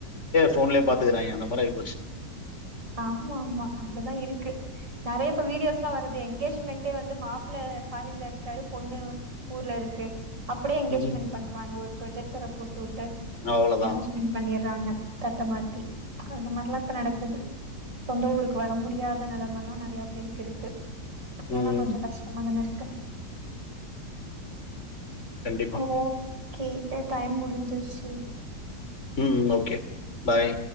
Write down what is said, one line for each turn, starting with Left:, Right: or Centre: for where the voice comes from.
Left: போஃன்லே பாத்துக்குறாய்ங்கே அந்த போல இருக்
Right: ஆமா ஆமா அப்டிதா இருக்கு நெறையா இப்ப வீடியோஸ்லா வருதே எங்கேஜ் மெண்டே வந்து மாப்ள ஃபாரின்ல இருக்காரு பொண்ணு ஊர்ல இருக்கு அப்டே எங்கேஜ்மெண்ட்
Left: ம்.
Right: பண்றாங்க ஒருப் புரஜக்டர போட் போட்டு
Left: அவ்வளோதான்.
Right: எங்கேஜ்மென்ட் பண்ணிற்றாங்க தட்ட மாத்தி அந்த மாரி துலா இப்ப நடக்குது சொந்த ஊருக்கு வர முடியாத நெலமலா நெறயா பேர் துருக்கு அதெல்லா
Left: ம்.
Right: கொஞ்சோ கஷ்டமா தான இருக் க்கு
Left: கண்டிப்பா.
Right: <unintelligible> கே டைம் முடிஞ்சிருச்சு
Left: ம் ஓகே பாய்